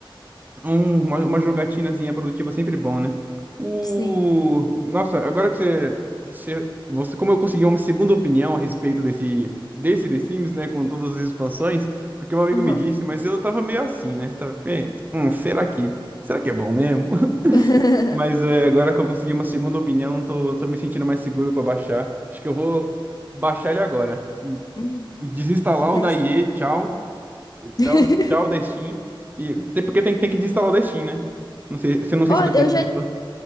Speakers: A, on the right (about 20°); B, on the left (about 45°).
A: Um- uma, uma jogatinazinha produtiva é sempre bom, né? O...
B: Sim.
A: Nossa, agora que você, você... Você, como eu consegui uma segunda opinião a respeito desse, desse The Sims, né? Com todas as expansões, porque um amigo
B: Aham.
A: me disse, mas eu tava meio assim, né? Tava, "Bem, hum, será que, será que é bom mesmo?
B: <laughs>
A: Mas é, agora que eu consegui uma segunda opinião, tô, tô me sentindo mais seguro pra baixar. Acho que eu vou baixar ele agora.
B: Uhum.
A: Desinstalar
B: Desce.
A: o da IE, tchau,
B: <laughs>
A: tchau, tchau da Steam. E, até porque tem, tem que desinstalar o da Steam, né? Não sei, se- não sei
B: Olha,
A: se dá conflito.
B: eu já,